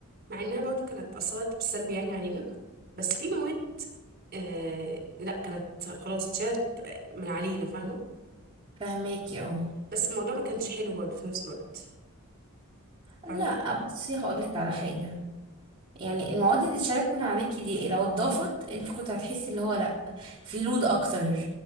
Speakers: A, on the right; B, on the right.
A: مع انها برضو كانت اثرت بالسلب يعني علينا بس في مواد آه لا كانت خلاص اتشالت آه، من علينا فاهمه
B: فهماكي اه
A: بس الموضوع ما كانش حلو برضو في نفس الوقت فاهمه
B: لا بصي هقول لك على حاجه يعني المواد اللي اتشالت من عليكي دي لو اتضافت انت كنت هتحسي اللي هو لا في لود اكتر